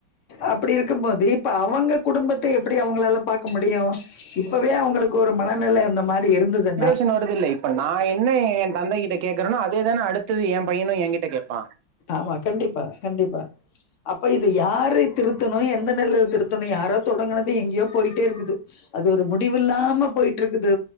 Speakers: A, on the left; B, on the right.
A: அப்டி இருக்கும்போது இப்ப அவங்க குடும்பத்த எப்டி அவங்களால பாக்க முடியு இப்பவே அவங்களுக்கு ஒரு மனநிலை இந்த மாரி இருந்துது
B: டன் வருதுல்ல இப்ப நா என்ன என் தந்தை கிட்ட கேக்குறேனோ அதேதானே அடுத்தது என் பையனு என்கிட்ட கேப்பா
A: ஆமா கண்டிப்பா கண்டிப்பா அப்ப இது யாரு திருத்தணு எந்த நெலைல திருத்தணு யாரோ தொடங்குனது எங்கேயோ போயிட்டே இருக்குது அது ஒரு முடிவு இல்லாம போயிட்டு இருக்குது